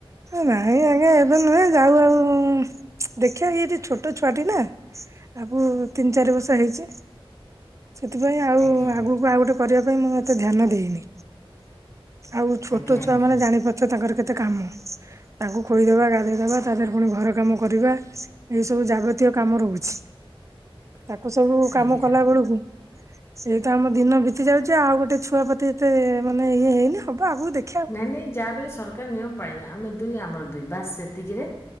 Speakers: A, on the right; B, on the left.
A: ନାଇଁ ଆଜ୍ଞା ଏବେ ନୁହେଁ ଯାଉ ଆଉ ଦେଖିବା କି ଏଠି ଛୋଟ ଛୁଆଟି ନା। ଆକୁ ତିନି ଚାରି ବର୍ଷ ହେଇଛି। ସେଥିପାଇଁ ଆଉ
B: ଆଜ୍ଞା
A: ଆଗକୁ ଆଉ ଗୋଟେ କରିବା ପାଇଁ ମୁଁ ଏତେ ଧ୍ୟାନ ଦେଇନି। ଆଉ ଛୋଟ
B: ଆଜ୍ଞା ଆଜ୍ଞା
A: ଛୁଆ ମାନେ ଜାଣିପାରୁଛ ତାଙ୍କର କେତେ କାମ। ତାଙ୍କୁ କହିଦବା ଗାଧେଇଦବା ତା ଦେହରେ ପୁଣି ଘର କାମ କରିବା। ଏଇ ସବୁ ଜାଗତୀୟ କାମ ରହୁଛି।
B: <unintelligible>
A: ତାକୁ ସବୁ କାମ
B: ଆଜ୍ଞା।
A: କଲା ବେଳକୁ ଏଇ ତ ଆମ ଦିନ ବିତି ଯାଉଛି ଆଉ ଗୋଟେ ଛୁଆପତି ଏତେ ମାନେ ଇଏ ହେଇନି ହବ ଆଗକୁ ଦେଖ
B: ନାଇଁ ନାଇଁ ଯାହା ବଳେ ସରକାର ନିୟମ ପାଳିବ ଆମେ ଦୁଇ ଆମର ଦୁଇ ବାସ ସେତିକିରେ